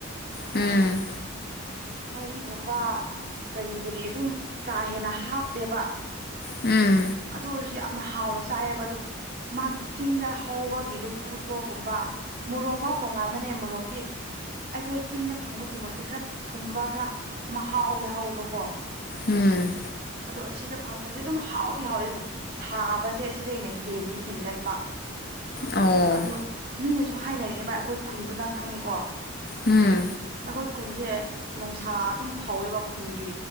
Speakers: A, on the left; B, on the right.
A: ꯎꯝ
B: ꯉꯥꯔꯤꯒꯨꯝꯕ ꯀꯔꯤ ꯀꯔꯤ ꯑꯗꯨꯝ ꯀꯥ ꯍꯦꯟꯅ ꯍꯥꯞꯇꯦꯕ
A: ꯎꯝ
B: ꯑꯗꯨ ꯑꯣꯏꯔꯁꯨ ꯌꯥꯝꯅ ꯍꯥꯎꯅ ꯆꯥꯏꯑꯦꯕ ꯑꯗꯨ ꯃꯥꯒꯤ ꯆꯤꯡꯗ ꯍꯧꯕꯒꯤ ꯂꯐꯨ ꯊ꯭ꯔꯣꯒꯨꯝꯕ ꯃꯣꯔꯣꯛꯐꯥꯎ ꯇꯣꯉꯥꯟꯕꯅꯦ ꯃꯣꯔꯣꯛꯇꯤ ꯑꯩꯈꯣꯏ ꯆꯤꯡꯗ ꯐꯪꯕꯒꯤ ꯃꯣꯔꯣꯛꯁꯦ ꯈꯔ ꯊꯨꯝꯕ ꯈꯔ ꯃꯍꯥꯎ ꯌꯥꯎꯋꯦꯕꯀꯣ
A: ꯎꯝ
B: ꯑꯗꯣ ꯑꯁꯤꯗ ꯐꯪꯕꯁꯦ ꯑꯗꯨꯝ ꯍꯥꯎꯗꯤ ꯍꯥꯎꯋꯦꯕ ꯁꯥꯕꯁꯦ ꯁꯤꯗꯒꯤꯅ ꯍꯦꯟꯂꯤ ꯍꯦꯟꯒꯠꯄ
A: ꯑꯣ
B: ꯑꯗꯨ ꯃꯤꯅꯁꯨ ꯍꯥꯏꯅꯔꯤꯅꯦꯕ ꯚꯏ ꯑꯩꯈꯣꯏ ꯈꯨꯟꯗꯣ ꯅꯪ ꯈꯪꯉꯦꯀꯣ
A: ꯎꯝ
B: ꯑꯩꯈꯣꯏ ꯈꯨꯟꯁꯦ ꯅꯨꯡꯁꯥ ꯑꯗꯨꯝ ꯐꯧꯋꯦꯕ ꯈꯨꯟꯒꯤ